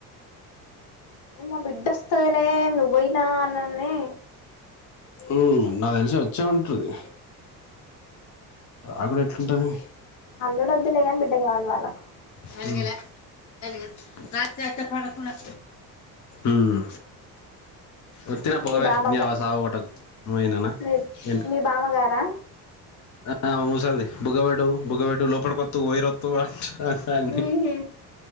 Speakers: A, on the left; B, on the left.
A: మా బిడ్డొస్తందిలే నువ్ పోయినా అన్నాన్ని
B: ఉ నా తెలిసి వచ్చా ఉంటుది ఆ కూడాడ ఎట్ంటంది
A: అల్లుడు వద్దులే గాని బిడ్డ కావాలి వాళ్ళకు
B: అలాంగలే అ రాత్రి అచ్చ పడకుడా ఉహు ఒత్తిన
A: మీ
B: పోవే
A: బామ్మగారు
B: నీ అవ్వ సవ కొట్టకు నువనానా
A: మీ
B: ఏంటి
A: మీ బామ్మగారా
B: ఆ మూసాల బుగబేటు బుగబేటు లోపడ్కి కొతు వయర్త్తు అ అండి
A: ఉహు